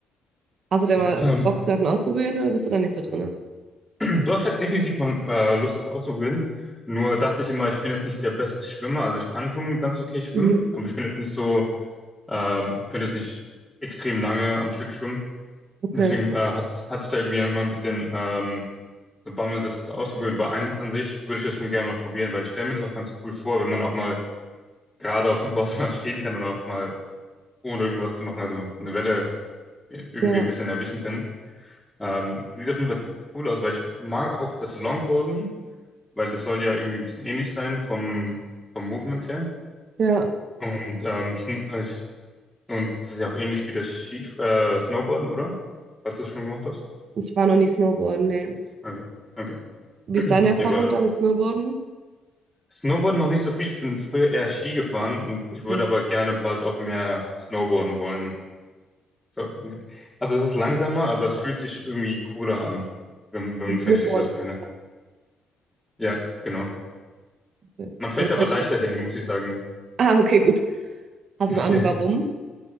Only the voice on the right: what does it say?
Hast du denn
mal
Bock, Surfen auszuprobieren oder bist du da nicht so drin?
Mhm.
Okay.
Ja,
ja.
Ich war noch nie Snowboarden, nee.
Wie ist deine Erfahrung
da mit Snowboarden?
Okay.
Also
Snowboarden
ist
auch
okay.
Ja, das
heißt,
ah, okay, gut. Hast
du eine Ahnung, warum?